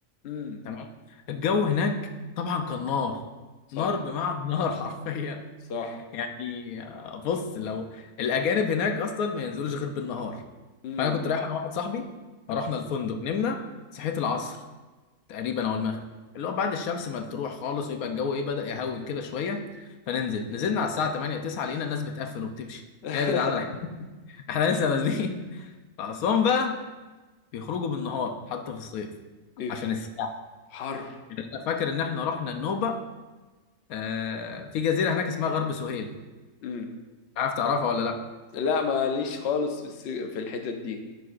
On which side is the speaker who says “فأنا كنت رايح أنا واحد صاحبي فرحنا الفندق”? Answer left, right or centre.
Left